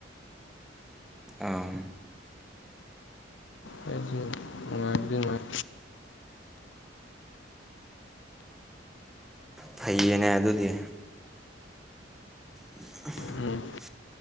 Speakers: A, in the centre; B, on the left (about 75°).
A: ꯑꯥ
B: ꯑꯩ ꯅꯨꯡꯉꯥ ꯑꯗꯨꯃꯥꯏ
A: ꯐꯩꯌꯦꯅꯦ ꯑꯗꯨꯗꯤ <unintelligible>
B: ꯎꯝ